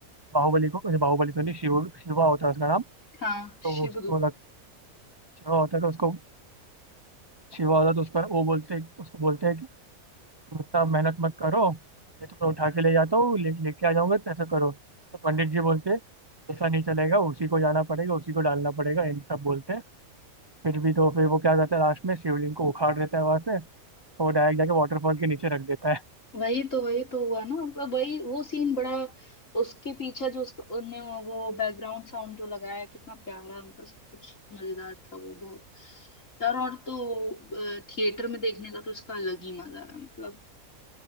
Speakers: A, on the right; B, on the left.
A: बाहुबली को अरे बाहुबली तो नहीं शिव शिवा होता है उसका नाम
B: हाँ
A: तो
B: शिवदूत
A: वो उसको लगता है शिवा होता है तो उसको शिवा होता है तो उसका वो बोलते उसको बोलते हैं कि तुम इतना मेहनत मत करो मैं तुम्हें उठा के ले जाता हूँ ले लेके आ जाऊंगा तो ऐसा करो तो पंडित जी बोलते हैं, ऐसा नहीं चलेगा उसी को जाना पड़ेगा उसी को डालना पड़ेगा इन सब बोलते हैं फिर भी तो फिर वो क्या करता है लास्ट में शिवलिंग को उखाड़ देता है वहां से और वो डायरेक्ट जाके वाटरफॉल के नीचे रख देता है
B: वही तो वही तो हुआ ना मतलब वही वो सीन बड़ा उसके पीछे जो उसको उनने वो बैकग्राउंड साउंड जो लगाया कितना प्यारा मतलब सब कुछ मजेदार था वो बहुत यार और तो थिएटर में देखने का तो इसका अलग ही मजा है मतलब